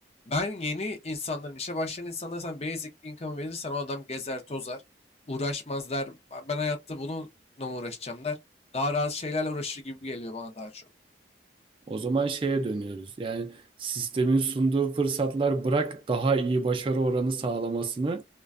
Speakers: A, on the left (about 35°); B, on the right (about 30°).
A: ben yeni insanların, işe başlayan insanlara sen basic income verirsen o adam gezer tozar. Uğraşmaz der. Ben hayatta bununla mı uğraşacağım der. Daha rahat şeylerle uğraşır gibi geliyor bana daha çok.
B: O zaman şeye dönüyoruz. Yani sistemin sunduğu fırsatlar bırak daha iyi başarı oranı sağlamasını